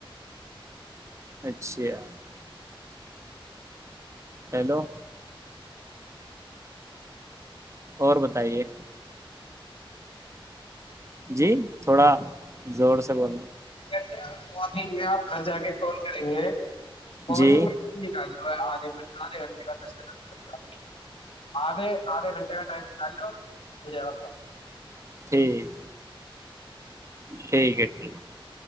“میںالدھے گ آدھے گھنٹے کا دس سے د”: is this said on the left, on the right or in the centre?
Left